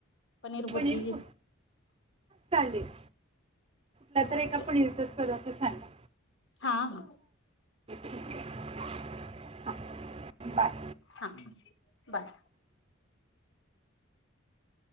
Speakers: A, on the left; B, on the right.
A: पनीर बुर्जी
B: पणत चालेल. ला तर
A: ओके
B: एका पुढचाच पदार्थ सांगा
A: हा हा
B: ठीक आहे हा बाय
A: हा बाय